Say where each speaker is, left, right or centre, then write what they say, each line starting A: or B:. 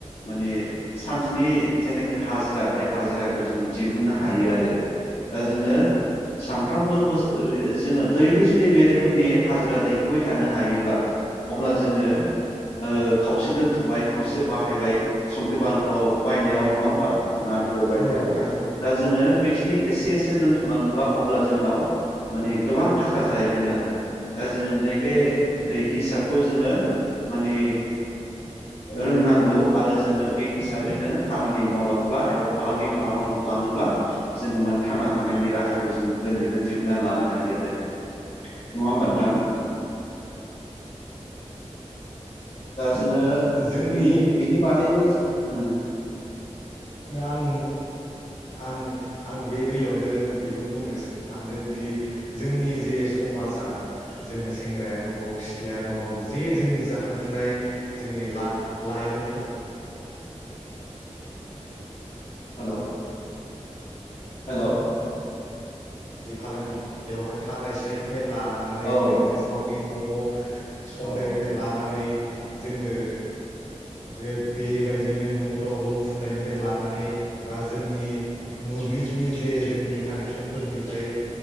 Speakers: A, on the left; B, on the left.
A: माने सानसेनि जेनाखि हाजिरा बे हाजिराखौ जोङो दिहुननो हायो आरो दा जोङो सानफ्रामबो जो दैलि जु बे रोखोमनि हाजिरा दैखो थानो हायोब्ला अब्ला जोङो । खावसे दोनथुमबाय खावसे बाहायबाय संख्रि बानलुआव बायनायाव नङा होमबा ना बेदर बायनायाव
B: औ नोंथां
A: दा जोङो बे एसे एसे दोनथुमलांब्ला अब्ला जोंनाव माने गोबां थाखा जाहैगोन आरो दा जोङो नै बे ओय हिसाबखौ जोङो माने रोंनांगौ आरो जोङो बे हिसाबै जोङो खामानि मावलाङोब्ला एबा फालांगि खालामलाङोब्ला जोङो मान थांना थानायनि राहाखौ जोङो गोरलैनो दिहुनन्नानै लानो हायो आरो नङा हबा नोंथां दा जोङो
B: जोंनि
A: बिनि बिनि बागैबो ओम ।
B: आं आं आं। बे बेलायावनो बेखौनो बुंनो सानदोंदि जोंनि जे समाजा जोङो सेंग्रायानो हक सिख्लायानो हख जे जोंनि जाखांफुनाय जोंनि ला लाइमोनफोरा
A: हेलौ । हेलौ ।
B: बे फालांगि बेवहाय खानाय सिनायनिफ्राय लानानै
A: औ
B: नोङो चावमिन मम । मग संनायनिफ्राय
A: औ
B: लानानै जोङो बेब बेबायदिनो न'फ्राव रं फुननायनिफ्राय लानानै बा जोंनि मोब्लिबनि जे जोंनि कानेकसनफोरनि फाय